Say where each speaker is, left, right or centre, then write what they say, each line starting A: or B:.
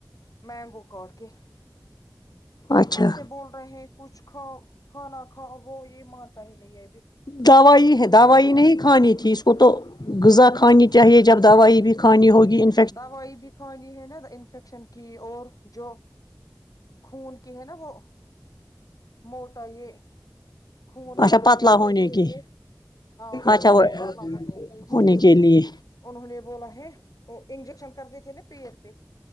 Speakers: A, on the left (about 55°); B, on the left (about 70°).
A: مینگو کاٹ کے
B: اچھا
A: اب تب سے بول رہے ہیں کچھ کھاؤ کھانا کھاؤ وہ یہ مانتا ہی نہیں ہے یہ بھی
B: دوائی ہے دوائی نہیں کھانی تھی اس کو تو غذا کھانی چاہیے جب دوائی بھی کھانی ہوگی ان
A: دوائی بھی کھانی ہے نا انفیکشن کی اور جو خون کی ہے نا وہ موٹا یہ خون مت
B: اچھا
A: ہو
B: پتلا
A: جائے گا
B: ہونے
A: اس کے
B: کی
A: لیے ہو خون
B: اچھا وہ
A: کو پتلا ہونے کی جی
B: ہونے کے لیے
A: انہوں نے بولا ہے وہ انجیکشن کر دیے تھے نا پیر پہ